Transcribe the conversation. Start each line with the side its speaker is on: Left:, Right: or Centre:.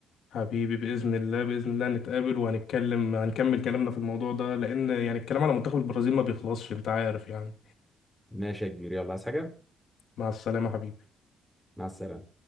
Left: حبيبي بإذن الله بإذن الله نتقابل وهنتكلم هنكمل كلامنا في الموضوع ده لأن يعني الكلام على منتخب البرازيل ما بيخلصش أنت عارف يعني
Centre: ماشي يا كبير يلا عايز حاجه
Left: مع السلامة حبيبي
Centre: مع السلامة